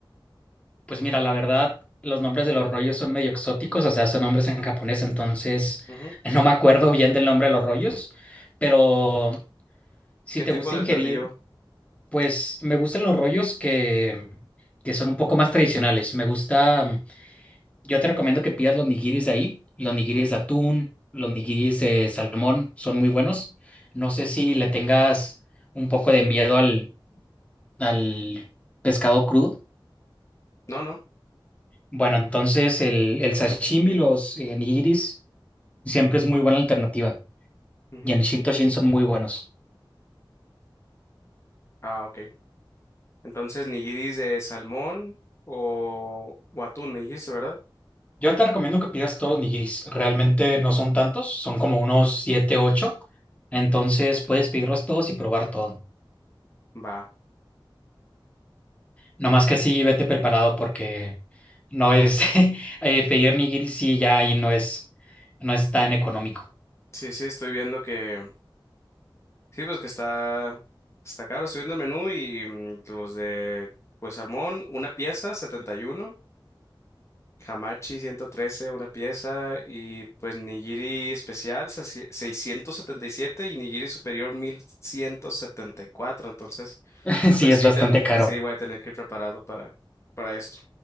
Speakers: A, on the left; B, on the left.
A: Pues mira, la verdad, los nombres de los rollos son medio exóticos, o sea, son nombres en japonés, entonces
B: Ujú.
A: no me acuerdo bien del nombre de los rollos, pero si
B: ¿Qué
A: te
B: tipo
A: gusta
B: de
A: ingerir,
B: platillo?
A: pues me gustan los rollos que, que son un poco más tradicionales. Me gusta, yo te recomiendo que pidas los nigiris de ahí, los nigiris de atún, los nigiris de salmón, son muy buenos. No sé si le tengas un poco de miedo al al pescado crudo.
B: No, no.
A: Bueno, entonces el, el sashimi, los eh, nigiris, siempre es muy buena alternativa.
B: Ujú.
A: Y en Shintoshin son muy buenos.
B: Ah, ok. Entonces, nigiris de salmón o, o atún, me dijiste, ¿verdad?
A: Yo te recomiendo que pidas todos los nigiris. Realmente no son tantos, son como unos 7 ocho Entonces puedes pedirlos todos y probar todo.
B: Va.
A: No más que sí, vete preparado porque no es <laughs> eh, pedir nigiris, sí, ya ahí no es, no es tan económico.
B: Sí, sí, estoy viendo que Sí, pues que está, está caro. Estoy viendo el menú y mm, los de, pues, salmón, una pieza, 71, Hamachi, 113 una pieza. Y pues nigiri especial, sesi- seiscientos setenta Y siete y nigiri superior, 1174. Entonces,
A: <laughs> Sí,
B: pues
A: es
B: sí,
A: bastante
B: ten-
A: caro.
B: sí, voy a tener que ir preparado para, para esto.